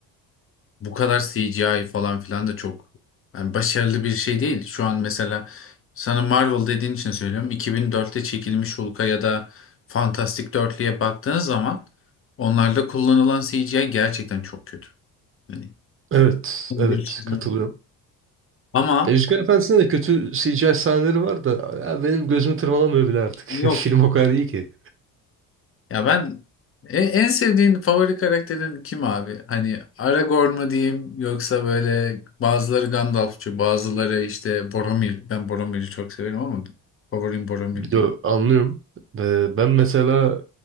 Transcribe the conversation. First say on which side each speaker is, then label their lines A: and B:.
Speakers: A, on the left; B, on the right.
A: bu kadar CGI falan filan da çok yani başarılı bir şey değil. Şu an mesela sana Marvel dediğin için söylüyorum. iki bin dörtte çekilmiş Hulk'a ya da Fantastic Dörtlü'ye baktığınız zaman onlarda kullanılan CGI gerçekten çok kötü. Yani
B: Evet,
A: bir
B: evet
A: çizim.
B: katılıyorum.
A: Ama
B: Ya Yüzükler Efendisi'nde de kötü CGI sahneleri var da ya benim gözümü tırmalamıyor bile artık.
A: yok.
B: <laughs> Film o kadar iyi ki.
A: Ya ben e- en sevdiğin favori karakterin kim abi? Hani Aragorn mu diyeyim yoksa böyle bazıları Gandalfçı, bazıları işte Boromir. Ben Boromir'i çok severim ama favorim Boromir
B: Yo,
A: değil.
B: anlıyorum. Ve ben mesela